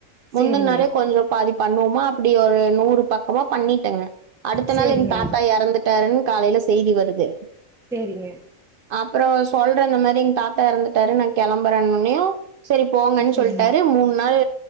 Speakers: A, on the right; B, in the centre.
A: முந்தன்
B: சேரிங்க
A: நாளே கொஞ்ச பாதி பண்ணுவோமா அப்டி ஒரு நூறு பக் அவா பண்ணிட்டங்க அடுத்த
B: சேரிங்க
A: நாள் எங்க தாத்தா எறந்துட்டாருன் காலைல செய்தி வருது
B: சேரிங்க
A: அப்றோ சொல்ற இந்த மாரி எங் தாத்தா எறந்துட்டாரு நா கெளம்புறன் ஒன்னியு செரி போங்கன்
B: சேரிங்க
A: சொல்ட்டாரு மூனு நாலு